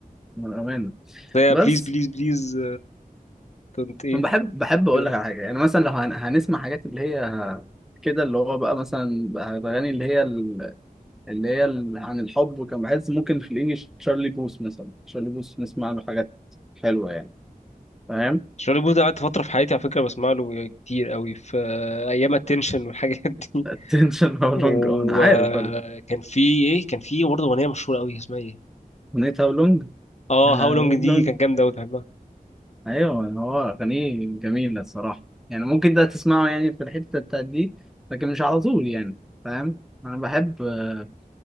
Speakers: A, in the centre; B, on the left (about 50°).
A: من امانه
B: بس هي
A: بس
B: بليز بليز بليز كنت ايه
A: أنا بحب بحب اقول
B: كده
A: لك على حاجه يعني مثلا لو هن... هنسمع حاجات اللي هي كده اللي هو بقى مثلا بقى الاغاني اللي هي ال- اللي هي ال- عن الحب وكان بحس ممكن في الانجليش تشارلي بوث مثلا تشارلي بوث نسمع له حاجات حلوه يعني فاهم
B: شارلي بوث ده قعدت فترة في حياتي على فكرة بسمع له كتير قوي في أيام التنشن والحاجات دي
A: <laughs> attention
B: <laughs>
A: how long
B: وكان
A: اه انا عارف أنا.
B: في إيه كان في برضه أغنية مشهورة قوي اسمها إيه
A: اغنيه how long
B: اه
A: آه،
B: هاو لونج دي
A: how long
B: كانت جامدة أوي بحبها
A: ايوه هو اغانيه جميله الصراحه يعني ممكن ده تسمعه يعني في الحته بتاعت دي لكن مش على طول يعني فاهم انا بحب آه،